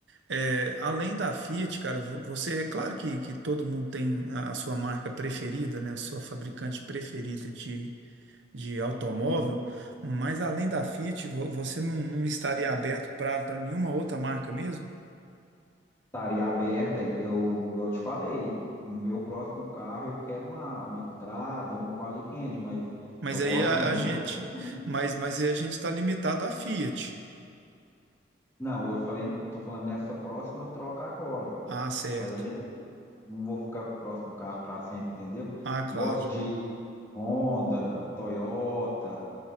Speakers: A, on the right; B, on the left.
A: é, além da Fiat, cara, vo- você, é claro que, que todo mundo tem a, a sua marca preferida, né? A sua fabricante preferida de, de automóvel,
B: Hum.
A: mas além da Fiat, vo- você não, não estaria aberto para para nenhuma outra marca mesmo?
B: Estaria aberta, e eu, igual eu te falei, o meu próximo carro eu quero uma, uma estrada, um Palio Quente, mas
A: Mas
B: eu gosto
A: aí a,
B: de muitas
A: a gente,
B: outras marcas.
A: mas, mas aí a gente está limitado à Fiat.
B: Não, eu falei, tô falando nessa próxima troca agora.
A: Ah, certo.
B: Mas a gente não, não vou ficar com o próximo carro para sempre, entendeu?
A: Ah, claro.
B: Gosto de Honda, Toyota.